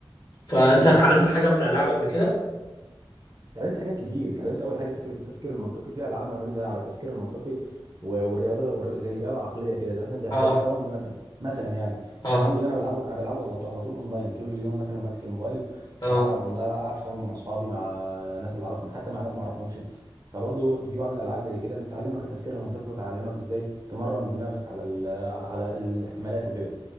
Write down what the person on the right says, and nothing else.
بالظبط
بس
اتعلمت حاجات كتير اتعلمت اول حاجه فكره التفكير المنطقي في العاب معتمده على التفكير المنطقي و- والرياضه والر- زي رياضه عقليه كده زي مثلا زي
زي الشطرنج مثلا مثلا يعني
الشطرنج ده انا بلعبه انا بلعبه على طول على طول اونلاين طول اليوم مثلا ماسك الموبايل
العب العب شطرنج مع اصحابي مع ناس اللي اعرفهم حتى مع ناس ما اعرفهمش فبرضه في بعض الالعاب زي كده بتعلمك التفكير المنطقي وتعلمك ازاي تمرن دماغك على ال على على الاحتمالات وكده